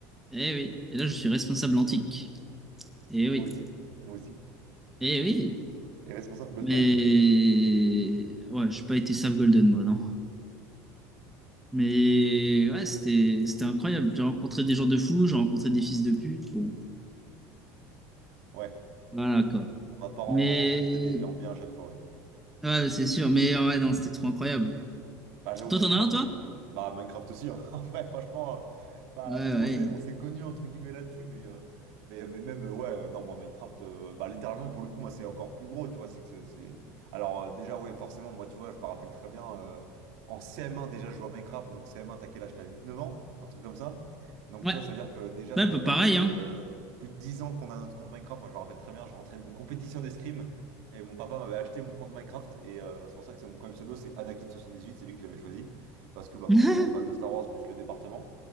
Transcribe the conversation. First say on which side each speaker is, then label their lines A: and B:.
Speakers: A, in the centre; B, on the right.
A: Eh oui. Et là, je suis responsable antique. Eh
B: Moi
A: oui.
B: aussi, moi aussi.
A: Eh oui.
B: Et responsable Golden.
A: Mais. Ouais, j'ai pas été Save Golden, moi, non. Mais ouais, c'était c'était incroyable. J'ai rencontré des gens de fous, j'ai rencontré des fils de pute. Bon,
B: Ouais,
A: voilà, quoi.
B: on n'a pas rencontré
A: Mais.
B: des gens bien à chaque fois, ouais.
A: Ouais, c'est sûr. Mais ouais, non, c'était trop incroyable.
B: Bah j'avoue
A: Toi,
B: Minecraft,
A: t'en as un, toi?
B: euh, bah Minecraft aussi, hein. <laughs> En vrai franchement, euh, bah
A: Ouais,
B: de toute façon
A: ouais.
B: on s'est on s'est connus entre guillemets là-dessus, mais, euh, mais, mais même euh, ouais, euh, non moi Minecraft, euh, bah littéralement pour le coup moi c'est encore plus gros, tu vois, c'est que c'est... c'est- Alors euh, déjà ouais forcément moi tu vois je me rappelle très bien, euh, en CM1 déjà je jouais à Minecraft, donc CM1 t'as quel âge? T'as huit neuf ans, un truc comme ça. Donc
A: Ouais,
B: tu vois ça veut dire que déjà
A: Ouais,
B: ça
A: un
B: doit
A: peu
B: faire
A: pareil,
B: plus de,
A: hein.
B: plus de 10 ans qu'on a notre compte Minecraft, moi je me rappelle très bien, je rentrais d'une compétition d'escrime, et mon papa m'avait acheté mon compte Minecraft et euh, bah, c'est pour ça que c'est mon premier pseudo, c'est anakin soixante-dix-huit c'est lui qui l'avait choisi. Parce que bah forcément
A: <laughs>
B: fan de Star Wars plus le département.